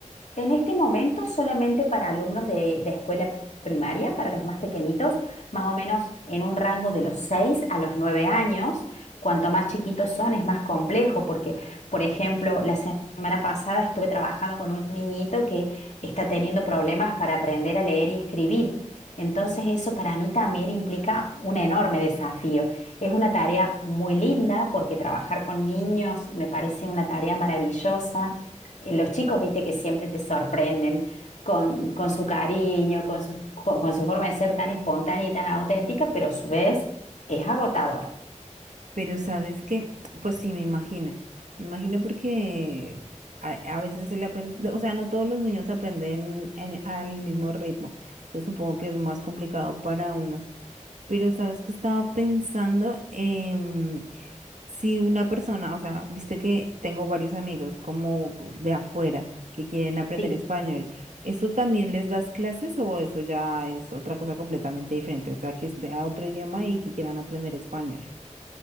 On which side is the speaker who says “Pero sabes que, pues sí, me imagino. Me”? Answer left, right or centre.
Right